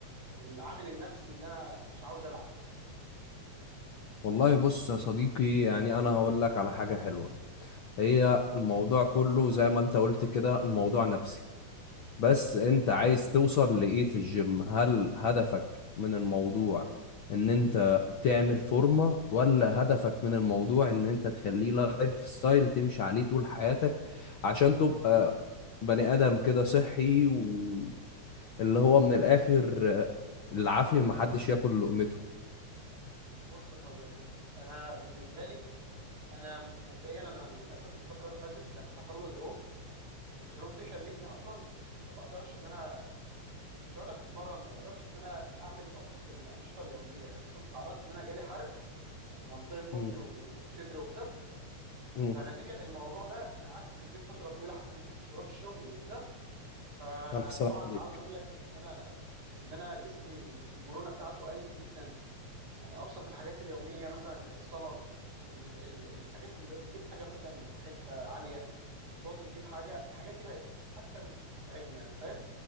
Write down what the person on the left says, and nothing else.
والله بص يا صديقي يعني انا هقول لك على حاجة حلوة هي الموضوع كله زي ما انت قلت كده الموضوع نفسي بس انت عايز توصل لإيه في الجيم هل هدفك من الموضوع ان انت تعمل فورمة ولا هدفك من الموضوع ان انت تخليه لايف ستايل تمشي عليه طول حياتك عشان تبقى بني آدم كده صحي واللي هو من الآخر العافية محدش ياكل لقمته
مم.
مم.
ألف سلام عليك